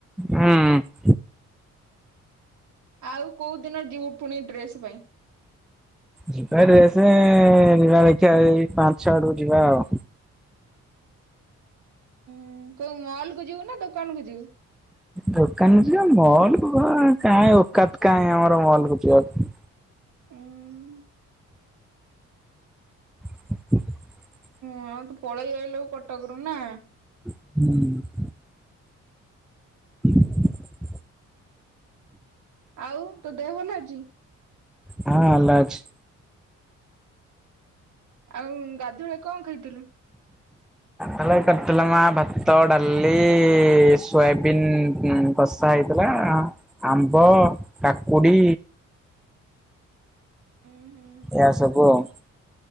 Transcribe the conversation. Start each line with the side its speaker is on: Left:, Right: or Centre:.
Centre: ହୁଁ
Right: ଆଉ କୋଉ ଦିନ ଯିବୁ ପୁଣି ଡ୍ରେସ ପାଇଁ
Centre: ଯିବା ଡ୍ରେସେ ଯିବା ଦେଖିବା ଏଇ ପାଞ୍ଚ ଛ ଆଡକୁ ଯିବା ଆଉ
Right: ହ କୋଉ ମଲ କୁ ଯିବୁ ନା ଦୋକାନ କୁ ଯିବୁ
Centre: ଦୋକାନ ଯିବା ମଲ କୁ କାଇଁ ଓକାତ କାହିଁ ଆମର ମଲକୁ ଯିବାକୁ
Right: ଉଁ
Centre: <inaudible>
Right: ହଁଉ ତୁ ପଳେଇ ଆଇଲୁ କଟକ ରୁ ନା
Centre: ହୁଁ <inaudible>
Right: ଆଉ ତୋ ଦେହ ଭଲ ଅଛି।
Centre: ହଁ ଭଲ ଅଛି।
Right: ଆଉ ଗାଧୁଆ କଣ ଖାଇଥିଲୁ।
Centre: କରିଥିଲା ମା ଭାତ ଡାଲି ସୋୟାବିିନ କଷା ହେଇଥିଲା ଆମ୍ବ କାକୁଡି
Right: ଉଁ ହୁଁ
Centre: ଏ ସବୁ ଆଉ।